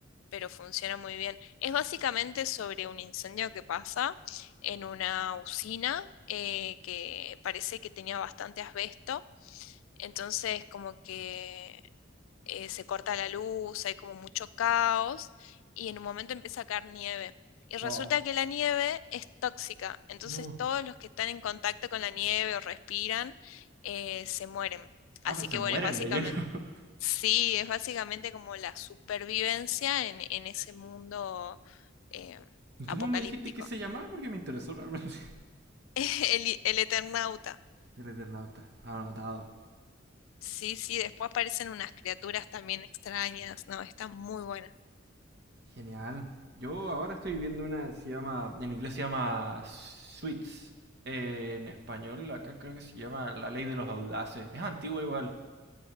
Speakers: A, on the left; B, on the right.
A: pero funciona muy bien. Es básicamente sobre un incendio que pasa en una usina eh, que parece que tenía bastante asbesto. Entonces, como que eh, se corta la luz, hay como mucho caos y en un momento empieza a caer nieve. Y resulta
B: Ah,
A: que la nieve es tóxica, entonces
B: no.
A: todos los que están en contacto con la nieve o respiran eh, se mueren.
B: Ah,
A: Así
B: pero se
A: que
B: mueren
A: bueno, es básicamente,
B: de lleno. <laughs>
A: sí, es básicamente como la supervivencia en, en ese mundo eh,
B: ¿Y ¿Cómo
A: apocalíptico.
B: me dijiste que se llamaba? Porque me interesó realmente.
A: <laughs> El, el Eternauta.
B: <laughs> El Eternauta. Anotado.
A: Sí, sí, después aparecen unas criaturas también extrañas, no, está muy buena.
B: Genial. Yo ahora estoy viendo una, se llama, en inglés se llama Sweets. En español acá creo que se llama La Ley de los Audaces. Es antigua igual.